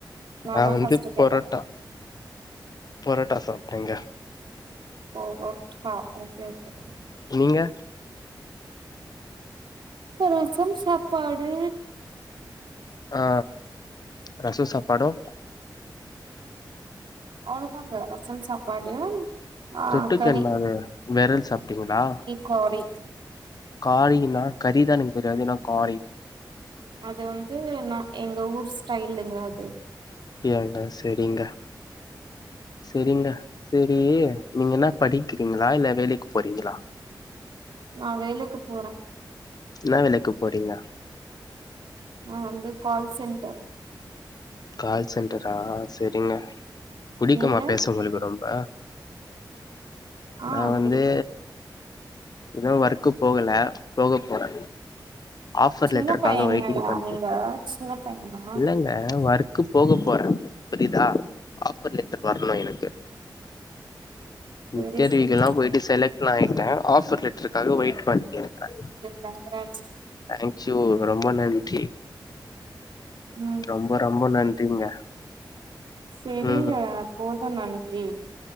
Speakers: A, on the left; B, on the right.
A: நா
B: தா
A: வந்து
B: ஃபர்ஸ்ட் கேட்டே
A: பொரோட்டா பொராட்டா சாப்டீங்க
B: ஓ ஓ ட்ரா ஓகே ஓகே
A: நீங்க
B: இங்க ரசம் சாப்பாடு
A: ஆ ரசம் சாப்பாடும்
B: அவ்ளோதாங்க ரசம் சாப்பாடு ஆ
A: தொட்டுக்க
B: கறி
A: என்னாது வெரல் சாப்ட்டீங்களா
B: காலி
A: காறினா கறிதா எனக்கு தெரியு அது என்னா காறி
B: அது வந்து ந எங்க ஊர் ஸ்டைலுங்க அது
A: ஏங்க செரிங்கா செரிங்க செரி நீங்க என்னா படிக்கிறீங்களா இல்ல வேலைக்கு போறீங்களா
B: நா வேலைக்கு போறே
A: என்ன வேலைக்கு போறீங்க?
B: நா வந்து கால் சென்டர்
A: கால் சென்டரா செரிங்க பூடிக்குமா
B: நீங்க
A: பேச உங்களுக்கு ரொம்ப
B: ஆ
A: நா வந்து
B: புடிக்கு
A: இன்னு ஒர்க்கு போகல போக போறே ஆஃபர்
B: சின்ன
A: லெட்டருக்காக
B: பையங்களா
A: வெயிட்டிங் பண்ட்டுருக்க
B: நீங்க சின்ன பையனா
A: இல்லங்க நா வர்க் போக போறே, புரியுதா ஆஃபர் லெட்டர் வரணு எனக்கு
B: செரி
A: இன்டர்வியூக்கு
B: செரி
A: எல்லா போயிட்டு செலைக்ட் ஆயிட்டே ஆஃபர் லெ ட்டர்க்காக வெயிட் பண்ட்டு இருக்க
B: கன்க்ராஜ்
A: தேங்க்யூ ரொம்ப நன்றி.
B: ம்
A: ரொம்ப ரொம்ப நன்றிங்க
B: சரிங்க
A: ம்
B: போது நன்றி